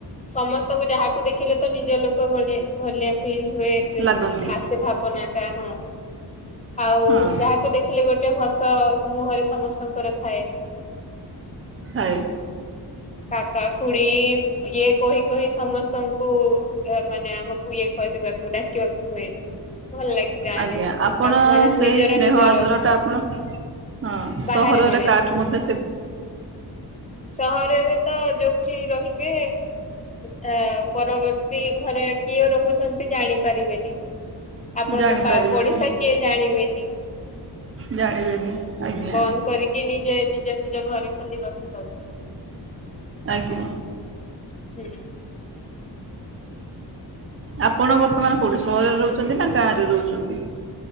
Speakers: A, on the left (about 15°); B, on the right (about 30°).
A: ସମସ୍ତଙ୍କୁ ଯାହାକୁ ଦେଖିଲେ। ତ ନିଜ ଲୋକ ଭଳି ଭଳିଆ ଫିଲ୍ ହୁଏ
B: ଲାଗନ୍ତି
A: ଆସେ ଭାବନା ଟା ହଁ ଆଉ
B: ହଁ
A: ଯାହାକୁ ଦେଖିଲେ ଗୋଟେ ହସ ମୁହଁରେ ସମସ୍ତଙ୍କର ଥାଏ।
B: ଆରେ।
A: କାକା ଖୁଡି ଇଏ କହି କହି ସମସ୍ତଙ୍କୁ। ମାନେ ଆମକୁ ଇଏ କରିବାକୁ ଡାକିବାକୁ ହୁଏ ଭଲ ଲାଗେ ଗାଁ
B: ଆଜ୍ଞା
A: ରେ
B: ଆପଣ
A: ଆ ମାନେ
B: ସେଇ
A: ନିଜର
B: ସ୍ନେହ
A: ନିଜର
B: ଆଦର ଟା ଆପଣ। ହଁ
A: ବାହାରେ
B: ସହରରେ
A: ମିଳେନି
B: କାଠୁ ମୋତେ।
A: ସହରରେ ତ ଯୋଉଠି ରହିବେ। ତା ପରବର୍ତ୍ତୀ ଘରେ କିଏ ରହୁଛନ୍ତି ଜାଣିପାରିବେନି। ଆପଣଙ୍କ
B: ଜାଣିପାରିବେନି
A: ପଡିଶା କିଏ ଜାଣିବେନି।
B: ଜାଣିବେନି ଆଜ୍ଞା
A: ବନ୍ଦ କରିକି ନିଯେ ଯ- ନିଜ ଘରେ ଖାଲି ରହିଥାଉଚି
B: ଆଜ୍ଞା।
A: ହୁଁ।
B: ଆପଣ ବର୍ତ୍ତମାନ କୋଉଠି ସହରରେ ରହୁଚନ୍ତି ନା ଗାଁରେ ରହୁଚନ୍ତି?